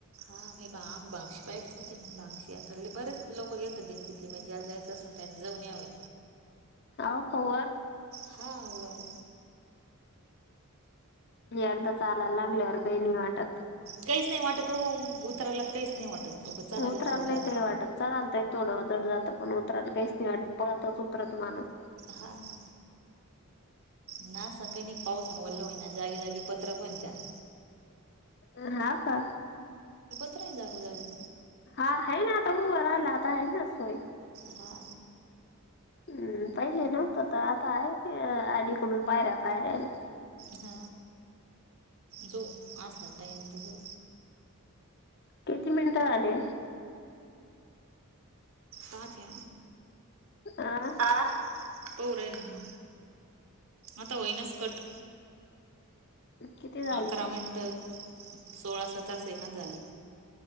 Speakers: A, on the right (about 65°); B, on the left (about 50°).
A: आम्ही बाया माणसं, बाया माणसं ह्यातले ते बरेच लोकं गेलते दिंडीतले म्हणजे, ज्याला जायचं असेल त्यांनी जाऊन यावे.
B: येवू का वर?
A: हा वर
B: एगदा चालायला लागल्यावर, काही नाही वाटत.
A: काहीच नाही वाटत ओ, उतरायला काहीच नाही वाटत. उगं चढायला
B: उतरताना
A: थोडं
B: काही नाही वाटत, चढताना थोडं जड जातं. पण उतरायला काहीच नाही वाटत, पळंतच उतरतं माणूस.
A: हां. नाही असं काही नाही. पावसानं ओलं होवून ना, जागी-जागी पत्रं पण आहेत त्याला.
B: अ.. हा का?
A: कुठं आहे? जागो-जागी.
B: हा, है ना! आता उभ राहिला, आता आहेना सोय.
A: हा.
B: हम्म.. पहिल्या नव्हतं तर आता आहे की, अलीकडून पायऱ्या-पायऱ्याला.
A: हा जावू, असला टाईम तर जावू.
B: किती मिनिटं झाले?
A: पाहत्या
B: आं?
A: आ. पाहू राहिल ना, आता होईनाच कट.
B: किती झाले
A: अकरा
B: पण
A: मिनिटं, सोळा-सतरा सेकंद झाले.